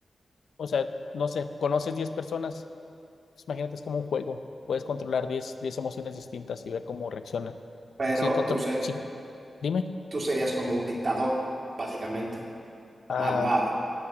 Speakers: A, on the left; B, on the right.
A: o sea, no sé, conoces 10 personas, pues imagínate, es como un juego, puedes controlar diez, diez emociones distintas y ver cómo reaccionan.
B: Pero
A: Sí, contro-
B: tú, ser-
A: sí, dime.
B: tú serías como un dictador, básicamente,
A: Ah,
B: malvado.